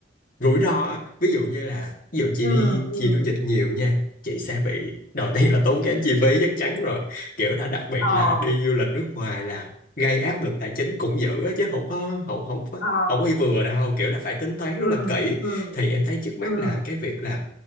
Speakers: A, on the left; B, on the left.
A: rủi ro á, ví dụ như là ví dụ chị
B: ừm,
A: đi
B: ừm,
A: chị du lịch nhiều nha chị sẽ bị đầu tiên là tốn kém chi phí chắc chắn rồi kiểu là đặc biệt
B: ờ,
A: là đi du lịch nước ngoài là gây áp lực tài chính cũng dữ á, chứ không có không không có
B: ờ,
A: không có vừa đâu kiểu là phải tính toán
B: ừm,
A: rất là kỹ
B: ừm,
A: thì em thấy trước mắt
B: ừm,
A: là cái việc là